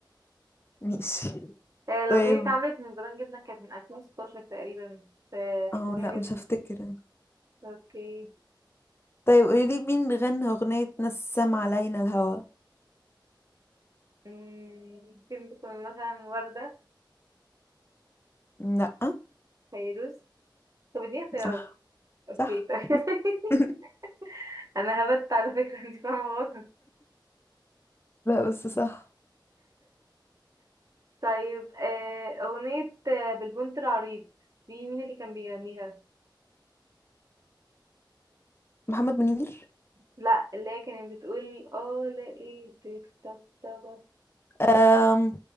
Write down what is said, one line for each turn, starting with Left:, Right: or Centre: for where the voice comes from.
Left: ماشي
Right: آه الأغنية
Left: <laughs> طيب
Right: دي اتعملت من زمان جدا كانت من 2016 تقريبا فكانت
Left: اه
Right: قديمة
Left: لا
Right: جدا
Left: مش هفتكر
Right: اوكي
Left: طيب قولي لي مين غنى أغنية نسم علينا الهوى
Right: مم، ممكن تكون مثلا وردة
Left: لا
Right: فيروز طب دي اختيارات
Left: صح
Right: اوكي
Left: صح
Right: طيب <laughs>
Left: <laughs>
Right: انا هبت على فكرة انت فاهمة غلط
Left: لا بس صح
Right: طيب آه أغنية آه، بالبنت العريض دي مين اللي كان بيغنيها
Left: محمد منير
Right: لا اللي هي كانت بتقول اه لقيتك طب طب
Left: أم...